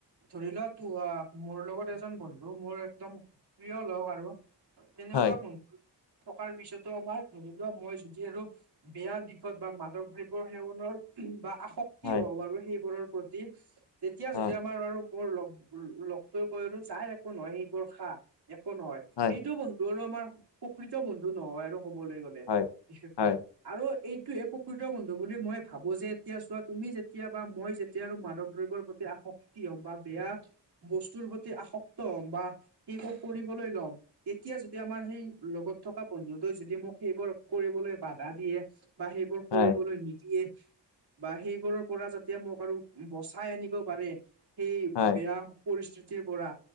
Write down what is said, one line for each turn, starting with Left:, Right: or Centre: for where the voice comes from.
Right: ধৰি লোৱা, তো আহ মোৰ লগত এজন বন্ধু মোৰ একদম প্ৰিয় লগ আৰু- তেনেকুৱা
Left: হয়
Right: বন্ধু থকাৰ পিছতো আমাৰ ধৰি লোৱা মই যদি আৰু বেয়া দি- বা মাদক দ্ৰব্য সেৱনৰ বা আসক্তি
Left: হয়
Right: হব পাৰো সেইবোৰৰ প্ৰতি- তেতিয়া
Left: হয়
Right: যেতিয়া আমাৰ আৰু- মোৰ লগ লগটোৱে কলে নহয় যা একো নহয় এইবোৰ খা একো নহয়, - সেইটো
Left: হয়
Right: বন্ধু আৰু আমাৰ প্ৰকৃত বন্ধু নহয় আৰু কবলৈ গলে
Left: হয়
Right: বিশেষকৈ।
Left: হয়
Right: আৰু এই টোহে প্ৰকৃত বন্ধু বুলি মই ভাবো যে এতিয়া চোৱা তুমি যেতিয়া বা মই যেতিয়া আৰু মাদক দ্ৰব্যৰ প্ৰতি আস ক্তি হ'ম বা বেয়া বস্তুৰ প্ৰতি আসক্ত হ'ম বা সেইবোৰ কৰিবলৈ ল'ম তেতিয়া যদি আমাৰ সেই লগত থকা বন্ধুটোৱে যদি মোক সেইবোৰ কৰিবলৈ বাধা দিয়ে বা সেইবোৰ
Left: হয়
Right: কৰিবলৈ নি দিয়ে বা সেইবোৰৰ পৰা যাতে মোক আৰু বচাই আনিব পাৰে সেই
Left: হয়
Right: বেয়া পৰিস্থিতিৰ পৰা